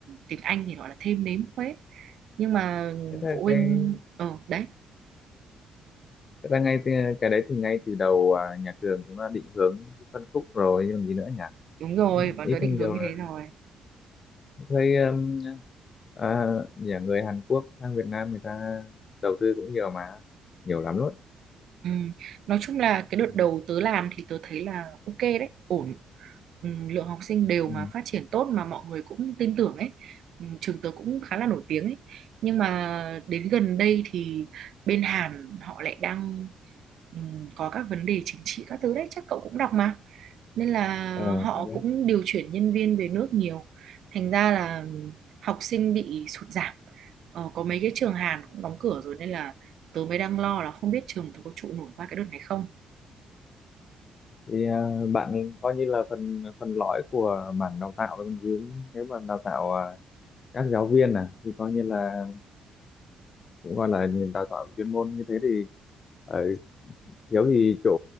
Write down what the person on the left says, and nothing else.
Thế thế
cái
Thật ra ngay từ- cái đấy thì ngay từ đầu à, nhà trường cũng đã định hướng phân khúc rồi chứ làm gì nữa nhỉ
ít
hay nhiều
rồi
thấy um, à, nhà người Hàn Quốc sang Việt Nam người ta đầu tư cũng nhiều mà nhiều lắm luôn
ừ.
Ừ.
Ờ,
phải đấy.
thì à, bạn coi như là phần phần lõi của mảng đào tạo đó còn gì nếu mà đào tạo à, các giáo viên à thì coi như là cũng gọi là đào tạo chuyên môn như thế thì ờ, Thiếu thì chỗ